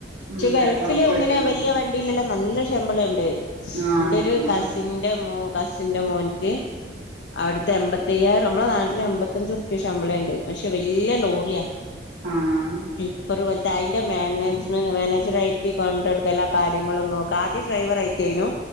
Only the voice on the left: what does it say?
പക്ഷെ
ഗൾഫില്
ഇങ്ങനെ വലിയ വണ്ടില്ലെല്ലാം നല്ല ശമ്പളം ഉണ്ട്
എന്റെ ഒരു
കാസിൻ
മോ കസിന്റെ മോൻക്ക് അവിടുത്തെ എമ്പത്തയ്യായിരം നമ്മളെ നാട്ടിലെ എമ്പത്തഞ്ച് ഉറുപ്പ്യ ശമ്പളംണ്ട് പക്ഷെ വല്യ ലോറിയാ
ടിപ്പർ പോൽത്തെ അതിന്റെ മാനേജ്മെന് മാനേജർ ആയിട്ട് കൊണ്ടടുക്ക എല്ലാ കാര്യങ്ങളും നോക്കി ആദ്യം ഡ്രൈവർ ആയിട്ടയ്നോ